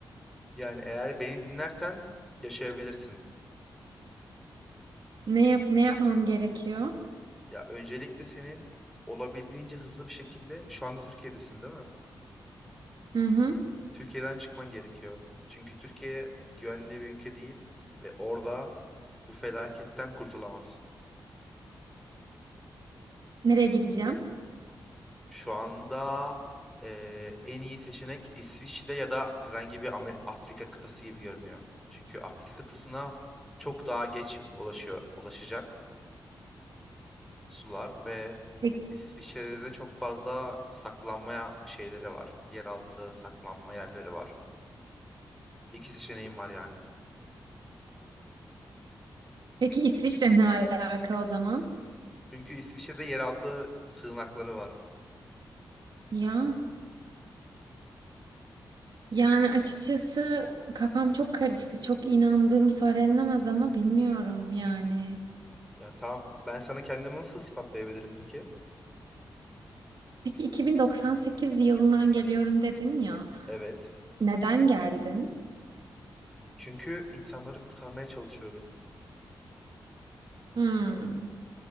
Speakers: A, in the centre; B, on the right.
A: Yani eğer beni dinlersen yaşayabilirsin.
B: Ne yap ne yapmam gerekiyor?
A: Ya öncelikle senin olabildiğince hızlı bir şekilde şu anda Türkiye'desin değil mi?
B: Hı hı.
A: Türkiye'den çıkman gerekiyor. Çünkü Türkiye güvenli bir ülke değil ve orada bu felaketten kurtulamazsın.
B: Nereye gideceğim?
A: Şu anda eee, en iyi seçenek İsviçre ya da herhangi bir Amer- Afrika kıtası gibi görünüyor. Çünkü Afrika kıtasına çok daha geç ulaşıyor, ulaşacak sular ve
B: Peki,
A: İsviçre'de de çok fazla saklanmaya şeyleri var. Yeraltı saklanma yerleri var. İki seçeneğim var yani.
B: peki İsviçre ne alaka o zaman?
A: Çünkü İsviçre'de yeraltı sığınakları var.
B: Ya yani açıkçası kafam çok karıştı. Çok inandığım söylenemez ama bilmiyorum yani.
A: Yani tamam ben sana kendimi nasıl ispatlayabilirim peki?
B: Peki 2098 yılından geliyorum dedin ya.
A: Evet.
B: Neden geldin?
A: Çünkü insanları kurtarmaya çalışıyorum.
B: Hmm.